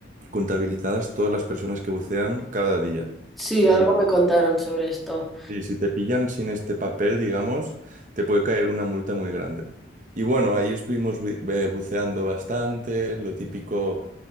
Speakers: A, on the right; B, in the centre.
A: contabilizadas todas las personas que bucean cada día.
B: Sí,
A: Si,
B: algo me contaron sobre esto.
A: si si te pillan sin este papel, digamos, te puede caer una multa muy grande. Y bueno, ahí estuvimos bu- eh, buceando bastante, lo típico